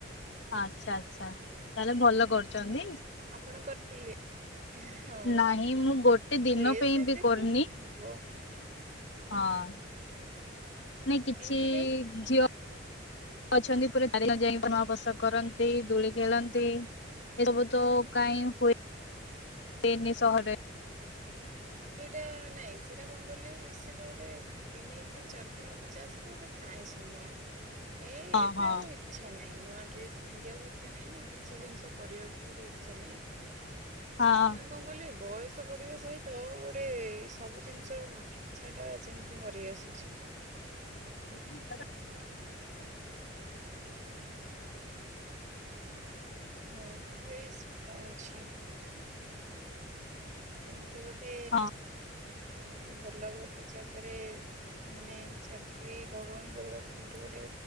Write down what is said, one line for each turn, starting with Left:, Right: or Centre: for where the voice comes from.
Left: ଆଛା ଆଛା ତାହେଲେ ଭଲ କରୁଛନ୍ତି।
Right: ଆପଣ କରିଥିଲେ ହଁ
Left: ନାହିଁ ମୁଁ ଗୋଟେ ଦିନ
Right: ଡେସ୍
Left: ପାଇଁ
Right: ଏତେ
Left: ବି କରିନି
Right: କ ଓ
Left: ହଁ ନାଇଁ କିଛି
Right: ଏମିତି କାଇଁ
Left: ଝିଅ ଅଛନ୍ତି ପୁରା ଚାରି ଯାଇ <unintelligible> କରନ୍ତି ଦୋଳି ଖେଳନ୍ତି। ଏ ସବୁ ତ କାଇ ହୁଏନି ସହରରେ
Right: ସେଇଟା ନାଇଁ ସେଇଟା କଣ କଲେ ସେଇଟା ଗୋଟେ ତିନି ଦିନ, ଚାରି ଦିନ କି ଯାସରେ ଗୋଟେ ଥାଏ ସମୟ ଏ
Left: ହଁ
Right: ଏବେ
Left: ହଁ
Right: ଆଉ ଇଛା ନାହିଁ ନୂଆ ଡ୍ରେସ ପିନ୍ଧିବାକୁ ଇଚ୍ଛା ନାହିଁ ନା କିଛି ଜିନିଷ କରିବାକୁ ଗୋଟେ ଇଚ୍ଛା ନାହିଁ।
Left: ହଁ
Right: ମାନେ କଣ କହିଲେ ବୟସ ବଢିବା ସହିତ ଗୋଟେ ସବୁ ଜିନିଷର ଇଚ୍ଛାଟା ଯେମତି ମରି ଆସୁଛି।
Left: <inaudible>
Right: ନୂଆ ଡ୍ରେସରେ କଣ ଅଛି। କେମିତି ଗୋଟେ
Left: ହଁ
Right: ଭଲ ଗୋଟେ ଜାଗାରେ ମାନେ ଚାକିରୀ ଭଗବାନଙ୍କ ଦୟାରୁ କୋଉଠି ଗୋଟେ